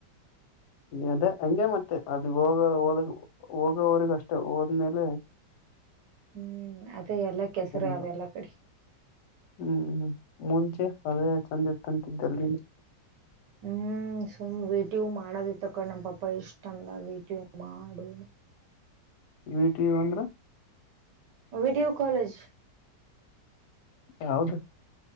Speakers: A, on the left; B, on the right.
A: ಅದೇ ಹಂಗೆ ಮತ್ತೆ ಅಲ್ಲಿ ಹೋಗ ಹ ಓದ ಹೋಗೋವರಿಗ ಅಷ್ಟೇ ಹೋದ್ಮೇಲೆ
B: ಹ್ಮ್ ಅದೇ ಎಲ್ಲಾ ಕೆಸರ
A: ಏನಿಲ್ಲ.
B: ಅವೆ ಎಲ್ಲಾ ಕಡೆ
A: ಹ್ಮ್ ಮುಂಚೆ ಅದೇ ಚಂದ ಇರ್ತಂತಿದ್ದಲ್
B: ಹ್ಮ್ ಸುಮ್ ವೇಟಿ ಮಾಡದಿ ತಕೊಂಡ ನಮ ಪಾಪ ಇಷ್ಟ ಅಂದ ವೇಟಿ ಮಾಡು
A: ವ ಟಿ ಇ ಅಂದ್ರ
B: ವಿಡಿಯೋ ಕಾಲೇಜ್
A: ಹೌದು